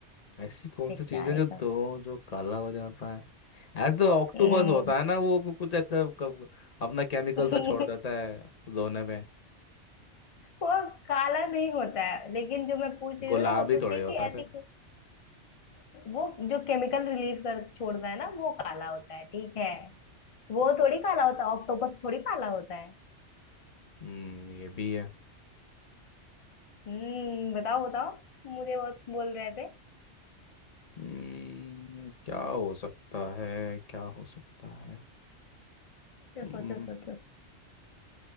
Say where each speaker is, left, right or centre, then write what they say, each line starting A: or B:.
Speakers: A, on the left; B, on the left.
A: ऐसी कौन
B: बेचारे
A: सी चीज है जो धो
B: का
A: जो काला हो जाता है एज द ऑक्टोपस
B: हम्म
A: होता है ना वो कु- कुछ ऐसा कब- अपना केमिकल
B: <laughs>
A: सा छोड़ देता है धोने में
B: वो काला नहीं होता है लेकिन जो मैं पूछ रही
A: गुलाबी
B: हूँ ना मैं पूछ
A: थोड़े
B: रही हूँ
A: होता
B: कि
A: है
B: ऐसी
A: फिर
B: वो जो केमिकल रिलीज कर छोड़ता है ना वो काला होता है ठीक है वो थोड़ी काला होता है ऑक्टोपस थोड़ी काला होता है
A: हम्म ये भी है
B: हम्म बताओ बताओ मुझे बहुत बोल रहे थे
A: हम्म क्या हो सकता है क्या हो सकता है
B: सोचो
A: हम्म
B: सोचो सोचो